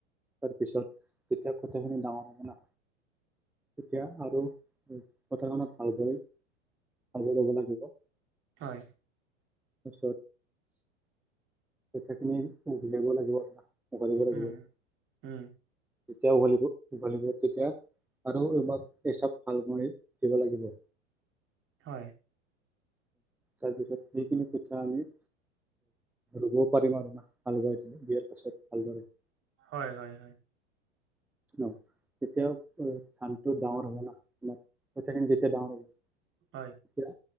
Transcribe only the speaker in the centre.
তাৰ পিছত তেতিয়া কঠিয়াখিনি ডাঙৰ হব ন। তেতিয়া আৰু কঠিয়াখনিত ভালকৈ ভাল ব লব লাগিব
পিছত কঠিয়াখিনি উঘলিব লাগিব উঘালিব লাগিব
যেতিয়া উভলবল তেতিয়া আৰু এইবাক হিচাপ ভাল কৰি দিব লাগিব।
তাৰপিছত সেইখিনি কঠিয়া আমি ৰুবও পাৰিম আৰু না হাল বাই। বিয়াৰ পাছত ভালদৰে
<inaudible> ন তেতিয়া ধানটো ডাঙৰ হ'ব না আমাৰ কঠীয়াখিনি যেতিয়া ডাঙৰ হ'ব এতিয়া